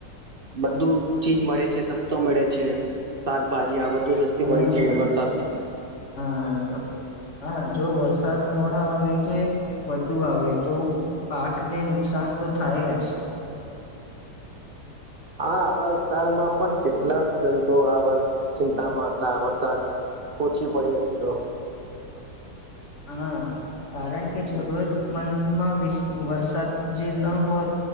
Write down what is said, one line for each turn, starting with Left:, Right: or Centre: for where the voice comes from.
Right: બધું ચીજ મળે છે સસ્તો મળે છે શાકભાજી આ બધ સસ્તી
Left: હા
Right: મળી છે વરસાદથી
Left: હા તો હા જો વરસાદ મોડા આવે કે વધુ આવે તો પાક ને નુકસાન તો થાય જ
Right: હા આપણા વિસ્તારમાં પણ કેટલા ખેડૂતો આ વર્ષ ચિંતામાં હતા વરસાદ પૂચી પડી હતી તો
Left: હા. કારણ કે જરૂરતમંદમાં વીસ વરસાદ જે ન હોત